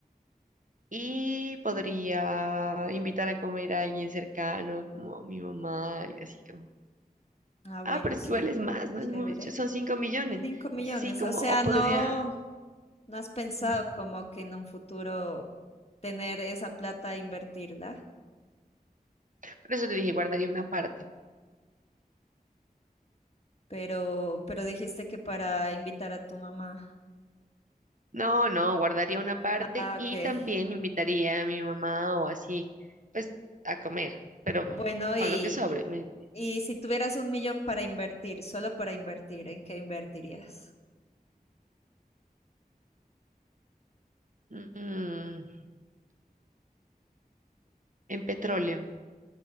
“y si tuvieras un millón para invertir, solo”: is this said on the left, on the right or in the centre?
Left